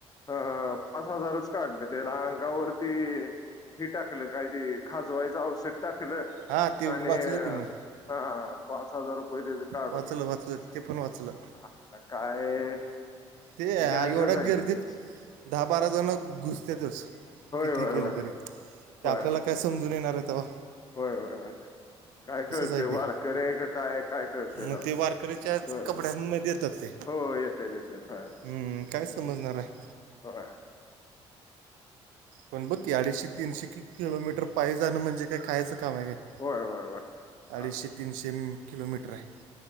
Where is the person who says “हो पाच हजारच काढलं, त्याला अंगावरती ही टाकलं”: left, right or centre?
Left